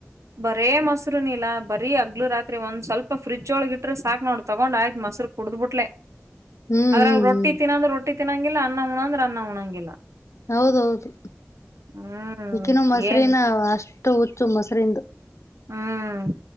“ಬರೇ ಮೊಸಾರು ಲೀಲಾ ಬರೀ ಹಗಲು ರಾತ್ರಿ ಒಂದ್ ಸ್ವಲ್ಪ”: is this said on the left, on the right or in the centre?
Right